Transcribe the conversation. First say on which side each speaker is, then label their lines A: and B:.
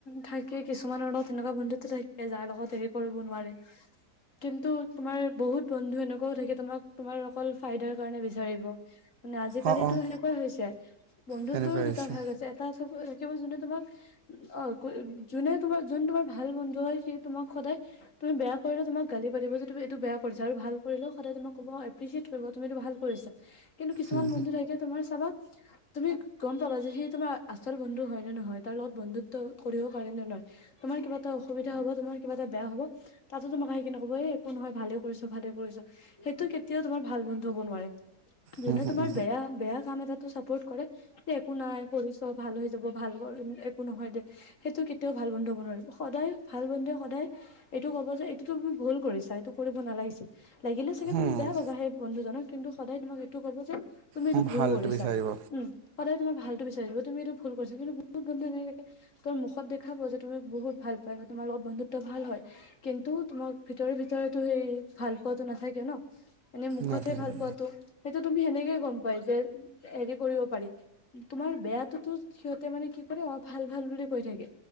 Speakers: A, on the left; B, on the right.
A: ঠাই কি কিছুমানৰ লগত এনেকুৱা বন্ধুত্ব থাকে, যাৰ লগত হেৰি কৰিব নোৱাৰে। কিন্তু তোমাৰ বহুত বন্ধু এনেকুৱাও থাকে তোমাক তোমাৰ অকল ফাইদাৰ কাৰণে বিচাৰিব। মানে আজিকালিটো
B: অঁ অঁ
A: সেনেকুৱাই হৈছে। বন্ধুত্বৰো
B: সেনেকুৱা
A: দুটা
B: হৈছে
A: ভাগ আছে। থাকিব যোনে তোমাক, অ যোনে তোমাৰ যোন তোমাৰ ভাল বন্ধু হয় সেই তোমাক সদায় তুমি বেয়া কৰিলে তোমাক গালি পাতিব যে তুমি এইটো বেয়া কৰিছা। আৰু ভাল কৰিলেও সদায় তোমাক কব এপ্ৰিচিয়েট কৰিব তুমি এইটো ভাল কৰিছা। কিন্তু কিছুমান
B: উম
A: বন্ধু থাকে তোমাৰ চাবা তুমি গম পালা যে সেই তোমাৰ আচল বন্ধু হয় নে নহয়, তাৰ লগত বন্ধুত্ব কৰিব পাৰে নে নোৱাৰে, তোমাৰ কিবা এটা অসুবিধা হব তোমাৰ কিবা এটা বেয়া হব তাতো তোমাক সেই কিনি কব এই একো নহয় ভালে কৰিছ ভালে কৰিছ সেইটো কেতিয়াও তোমাৰ ভাল বন্ধু হব নোৱাৰে। যোনে
B: হুম হুম
A: তোমাৰ বেয়া বেয়া কাম এটা টো চাপৰ্ট কৰে, যে একো নাই কৰিছ ভাল হৈ যাব ভাল একো নহয় দে সেইটো কেতিয়াও ভাল বন্ধু হব নোৱাৰিব। সদায় ভাল বন্ধুৱে সদায় এইটো কব যে এইটোতো তুমি ভুল কৰিছা এইটো কৰিব নালাগিছিল। লাগিলে চাগে
B: হুম
A: তুমি বেয়া পাবা সেই বন্ধুজনক কিন্তু সদায় তোমাক এইটো কব যে তুমি এইটো
B: হুম
A: ভুল
B: ভালটো
A: কৰিছা।
B: বিচাৰিব
A: উম সদায় তোমাৰ ভালটো তুমি এইটো ভুল কৰিছা কিন্তু বহুত বন্ধু এ থাকে তোৰ মুখত দেখাব যে, তুমি বহুত ভাল পায় তোমাৰ লগত বন্ধুত্ব ভাল হয়। কিন্তু তোমাক ভিতৰে ভিতৰেতো সেই ভাল পোৱাাতটো নাথাকে ন। মানে মুখতহে
B: নাথাকে
A: ভাল পোৱাতো সেইটো তুমি সেনেকে গম পাই যে হেৰি কৰিব পাৰি, তোমাৰ বেয়াাতটোতো সিহঁতে মানে কি কৰে অ ভাল ভাল বুলি কৈ থাকে।